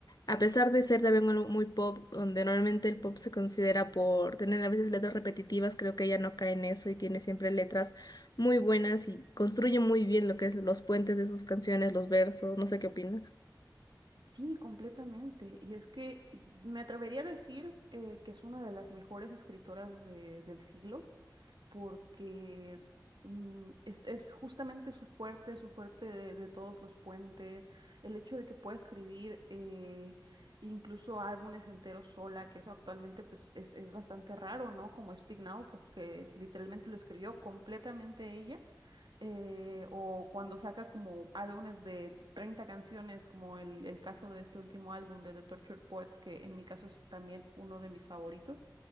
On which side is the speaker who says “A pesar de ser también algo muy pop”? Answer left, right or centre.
Left